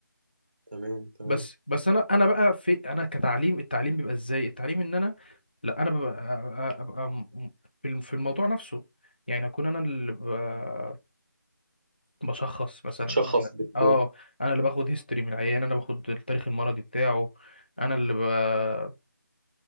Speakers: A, on the right; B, on the left.
A: تمام تمام
B: بس بس انا انا بقى في انا كتعليم التعليم بيبقى ازاي التعليم ان انا لا انا ببقى ابقى م- م- في الم- في الموضوع نفسه يعني اكون انا اللي ب- بشخص مثلا
A: بتشخص
B: انا
A: بت...
B: اه انا اللي باخد هيستوري من العيان انا باخد التاريخ المرضي بتاعه انا اللي ب-